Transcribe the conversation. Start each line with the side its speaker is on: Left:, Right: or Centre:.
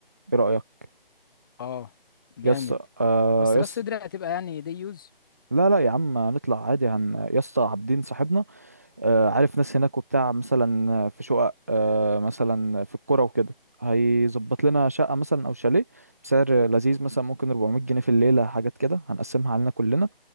Right: ايه رأيك
Left: اه جامد
Right: يس آه
Left: بس راس
Right: يس
Left: صدر هتبقى يعني دي يوز
Right: لا لا يا عم نطلع عادي هن يا اسطى عابدين صاحبنا آه عارف ناس هناك وبتاع مثلا في شقق آه مثلا في القرى وكده هيظبط لنا شقة مثلا أو شاليه بسعر لذيذ مثلا ممكن 400 جنيه في الليلة حاجات كده هنقسمها علينا كلنا